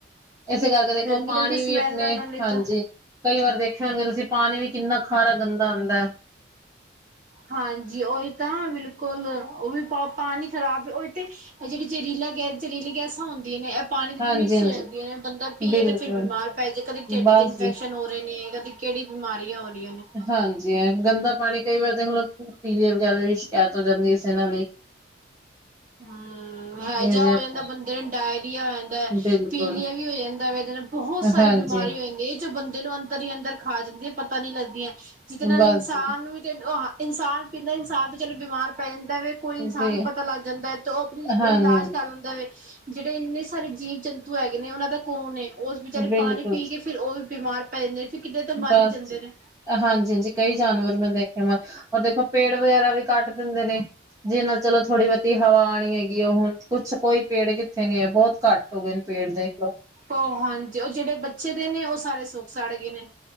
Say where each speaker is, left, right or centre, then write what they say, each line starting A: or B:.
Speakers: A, on the right; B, on the right.
A: ਇਸੇ ਕਰਕੇ ਦੇਖ
B: ਇਹ
A: ਲਓ
B: ਗੰਦੀ
A: ਪਾਣੀ
B: ਗੰਦੀ ਸਮੈਲ
A: ਵੀ ਆਪਣੇ,
B: ਨਾਲੇ
A: ਹਾਂਜੀ।
B: ਤਾਂ
A: ਕਈ ਵਾਰ ਦੇਖੇ ਹੋਣਗੇ ਤੁਸੀਂ ਪਾਣੀ ਵੀ ਕਿੰਨਾ ਖਾਰਾ, ਗੰਦਾ ਆਦਾ ਏ।
B: ਹਾਂਜੀ ਉਹੀ ਤਾਂ ਬਿਲਕੁਲ, ਉਹ ਵੀ ਪ ਪਾਣੀ ਖ਼ਰਾਬ ਉਹੀ ਤੇ ਸਿਕ ਆਹ ਜਿਹੜੀ ਜ਼ਹਿਰੀਲਾ ਗੈਸ ਜ਼ਹਿਰੀਲੀ ਗੈਸਾਂ ਹੁੰਦੀਆਂ ਨੇ, ਐਹ ਪਾਣੀ ਦੇ
A: ਹਾਂਜੀ
B: ਵਿੱਚ ਮਿਕਸ
A: ਹਾਂਜੀ
B: ਹੋ ਜਾਂਦੀਆਂ ਏ ਬੰਦਾ ਪੀਏ
A: ਬਿਲਕੁਲ
B: ਤੇ ਫਿਰ ਬਿਮਾਰ ਪੈ ਜੈ ਕਦੇ ਢਿੱਡ
A: ਬਸ
B: 'ਚ ਇਨਫੈਕਸ਼ਨ
A: ਜੀ
B: ਹੋ ਰੇ ਨੇ, ਕਦੀ ਕਿਹੜੀ ਬਿਮਾਰੀਆਂ ਹੋ ਰਹੀਆਂ ਨੇ ਫੇ
A: ਹਾਂਜੀ ਐ ਗੰਦਾ ਪਾਣੀ ਕਈ ਵਾਰ ਦੇਖ ਲਓ, ਪੀਲੀਏ ਵਗੈਰਾ ਦੀ ਸ਼ਿਕਾਇਤ ਹੋ ਜਾਂਦੀ ਇਸੇ ਨਾਂਲ ਹੀ। <inaudible>
B: ਹੂੰ ਹੇਜਾ
A: ਜਿਵੇਂ ਜਿਵੇਂ
B: ਹੋ ਜਾਂਦਾ ਬੰਦੇ ਨੂੰ ਡਾਇਰੀਆ ਹੋ ਜਾਂਦਾ ਐ।
A: ਬਿਲਕੁਲ
B: ਪੀਲੀਆ ਵੀ ਹੋ ਜਾਂਦਾ ਵਾਂ ਇਹਦੇ ਨਾਲ ਬਹੁਤ ਸਾਰੇ
A: ਹਾਂਜੀ
B: ਬਿਮਾਰੀ ਹੋ ਜਾਂਦੀ। ਜੋ ਬੰਦੇ ਨੂੰ ਅੰਦਰ ਹੀ ਅੰਦਰ ਖਾ ਜਾਂਦੀ ਏ ਪਤਾ ਨੀ ਲੱਗਦੀਆਂ ਜਿਹਦੇ ਨਾਲ
A: ਬਸ
B: ਇਨਸਾਨ ਵੀ ਆਹਾ ਇਨਸਾਨ ਪੀਂਦਾ ਇਨਸਾਨ ਤੇ ਚਲੋ ਬਿਮਾਰ ਪੈ ਜਾਂਦਾ ਵੇ ਕੋਈ ਇਨਸਾਨ
A: ਜੀ
B: ਨੂੰ ਪਤਾ ਲੱਗ ਵੇ ਤੋਂ, ਇਹ
A: ਹਾਂਜੀ
B: ਇਲਾਜ ਕਰ ਲਗਦਾ ਵੇ ਜਿਹੜੇ ਇੰਨੇ ਸਾਰੇ ਜੀਵ-ਜੰਤੂ ਹੈਗੇ ਨੇ ਉਹਨਾਂ ਦਾ ਕੌਣ ਏ ਉਸ ਵਿਚਾਰੇ
A: ਬਿਲਕੁਲ
B: ਪਾਣੀ ਪੀ
A: ਜੀ,
B: ਕੇ ਫਿਰ ਉਹ ਵੀ ਬਿਮਾਰ ਪੈ ਜਾਂਦੇ ਫਿਰ ਕਿਤੇ ਤਾਂ ਮਾਰੀ
A: ਬਸ
B: ਈ ਜਾਂਦੇ
A: ਜੀ।
B: ਨੇ।
A: ਹਾਂਜੀ-ਹਾਂਜੀ, ਕਈ ਜਾਨਵਰ ਮੈਂ ਦੇਖਿਆ ਮਰ ਔਰ ਦੇਖੋ ਪੇੜ ਵਗੈਰਾ ਵੀ ਕੱਟ ਦਿੰਦੇ ਨੇ। ਜਿਹੇ ਨਾਲ ਚਲੋ ਥੋੜ੍ਹੀ ਬਹੁਤੀ ਹਵਾ ਆਣੀ ਹੈਗੀ ਐ ਹੁਣ ਕੁਛ ਕੋਈ ਪੇੜ ਕਿੱਥੇ ਨੀ ਏ ਬਹੁਤ ਘੱਟ ਪੇੜ <unintelligible>
B: ਉਹ ਹਾਂਜੀ ਉਹ ਜਿਹੜੇ ਬੱਚੇ ਦੇ ਨੇ ਉਹ ਸਾਰੇ ਸੁੱਖ ਸਾੜ ਗੇ ਨੇ।